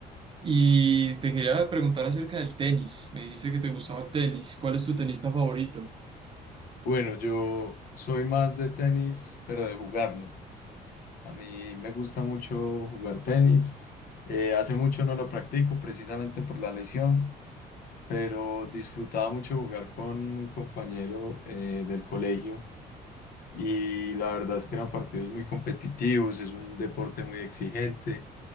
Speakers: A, on the right; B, on the left.
A: Y te quería preguntar acerca del tenis. Me dijiste que te gustaba el tenis. ¿Cuál es tu tenista favorito?
B: Bueno, yo soy más de tenis, pero de jugarlo. A mí me gusta mucho jugar tenis. Eh, hace mucho no lo practico precisamente por la lesión pero disfrutaba mucho jugar con un compañero eh, del colegio y la verdad es que eran partidos muy competitivos, es un deporte muy exigente,